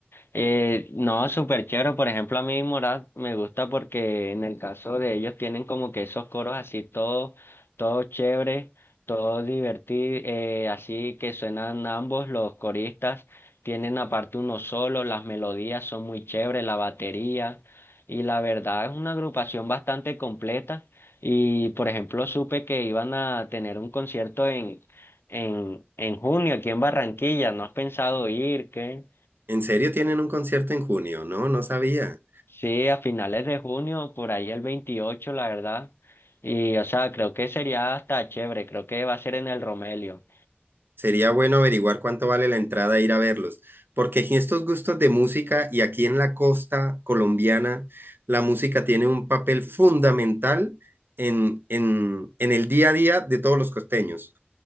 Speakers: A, on the left (about 70°); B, on the right (about 60°).
A: Eh, no, súper chévere. Por ejemplo, a mí Morat me gusta porque en el caso de ellos tienen como que esos coros así todo, todo chévere, todo divertido, eh, así que suenan ambos los coristas. Tienen aparte unos solos, las melodías son muy chéveres, la batería. Y la verdad es una agrupación bastante completa. Y por ejemplo, supe que iban a tener un concierto en, en junio aquí en Barranquilla. ¿No has pensado ir? ¿Qué?
B: ¿En serio tienen un concierto en junio? No, no sabía.
A: Sí, a finales de junio, por ahí el 28 la verdad. Y, o sea, creo que sería hasta chévere. Creo que va a ser en el Romelio.
B: Sería bueno averiguar cuánto vale la entrada e ir a verlos, porque aquí estos gustos de música y aquí en la costa colombiana, la música tiene un papel fundamental en, en, en el día a día de todos los costeños,